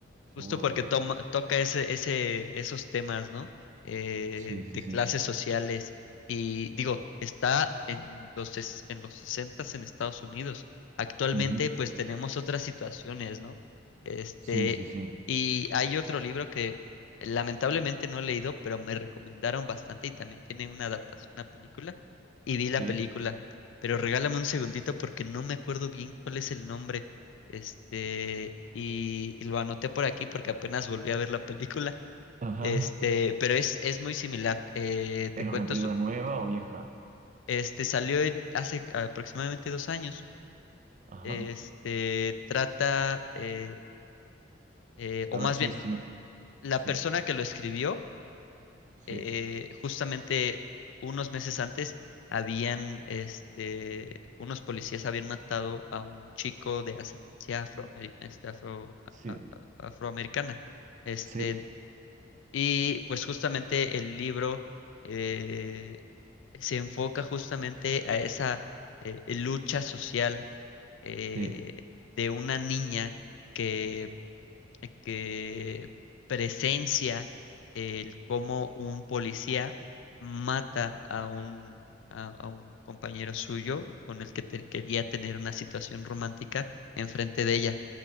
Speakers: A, on the right; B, on the left.
A: Seguro
B: Justo porque
A: que lo leo.
B: toma, toca ese, ese, esos temas, ¿no? Eh,
A: Sí, sí,
B: de
A: sí.
B: clases sociales. Y digo, está en los, ses- en los 60 en Estados Unidos. Actualmente,
A: Ujú.
B: pues tenemos otras situaciones, ¿no? Este,
A: Sí, sí, sí.
B: y hay otro libro que lamentablemente no he leído, pero me recomendaron bastante y también tiene una adaptación a película. Y vi la
A: Sí.
B: película, pero regálame un segundito porque no me acuerdo bien cuál es el nombre. Este, y, y lo anoté por aquí porque apenas volví a ver la película.
A: Ajá.
B: Este, pero es, es muy similar. Eh, te
A: ¿Es una
B: cuento
A: película
B: su,
A: nueva o vieja?
B: este, salió en- hace aproximadamente dos años.
A: Ajá.
B: Este, trata, eh, eh, o
A: A
B: más
A: ver, sí,
B: bien,
A: sí me.
B: la
A: Sí,
B: persona que lo escribió,
A: sí,
B: eh, justamente unos meses antes, habían, este, unos policías habían matado a un chico de ascendencia afroameri- este, afro-
A: sí,
B: a- a- a- afroamericana. Este,
A: sí,
B: Y pues justamente el libro eh, se enfoca justamente a esa eh, lucha social eh,
A: sí.
B: de una niña que eh, que presencia el cómo un policía mata a un, a, a un compañero suyo con el que te- quería tener una situación romántica enfrente de ella,